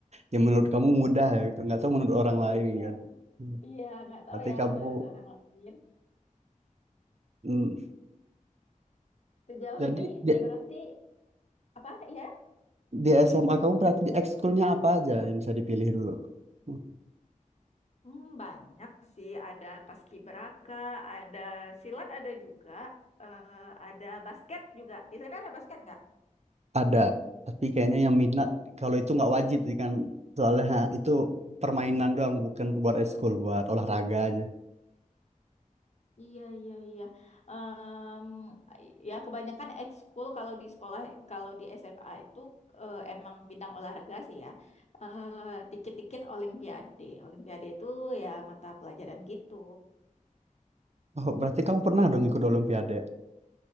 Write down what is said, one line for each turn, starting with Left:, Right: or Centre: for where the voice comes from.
Right: yang menurut kamu mudah ya gitu nggak tahu menurut orang lain
Left: Iya,
Right: kan Hmm.
Left: iya nggak tahu
Right: berarti
Left: ya
Right: kamu
Left: menurut orang lain.
Right: hmm,
Left: Sejauh
Right: jadi
Left: ini
Right: di,
Left: berarti apa ya?
Right: di SMA kamu berarti di ekskulnya apa aja yang bisa dipilih dulu Hmm,
Left: Hmm, banyak sih, ada paskibraka, ada silat, ada juga eh, ada basket juga. Di sana ada basket nggak?
Right: ada tapi kayaknya yang minat kalau itu nggak wajib sih kan soalnya ha, itu permainan doang bukan buat ekskul buat olahraga aja
Left: Iya, iya, iya. Em, ya kebanyakan ekskul kalau di sekolah, kalau di SMA itu eh, emang bidang olahraga sih ya. Eh, Dikit-dikit Olimpiade. Olimpiade itu ya mata pelajaran gitu.
Right: oh berarti kamu pernah dong ikut olimpiade